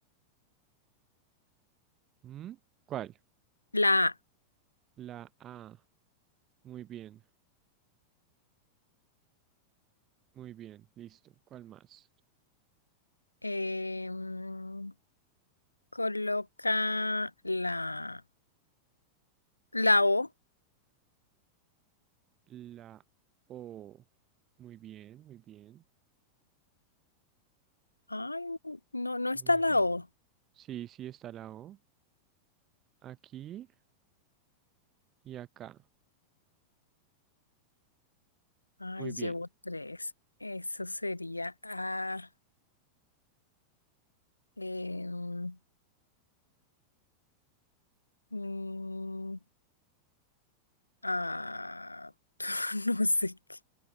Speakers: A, on the right; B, on the left.
A: ¿Mm? ¿Cuál?
B: la, A.
A: La A. Muy bien, muy bien, listo. ¿Cuál más?
B: Em, coloca la, la O.
A: La O. Muy bien, muy bien,
B: Ay, no, no está
A: muy
B: la
A: bien.
B: O.
A: Sí, sí está la O. Aquí y acá.
B: Ay,
A: Muy bien.
B: llevo tres. Eso sería A. em, mm, A. <laughs> No sé. qué.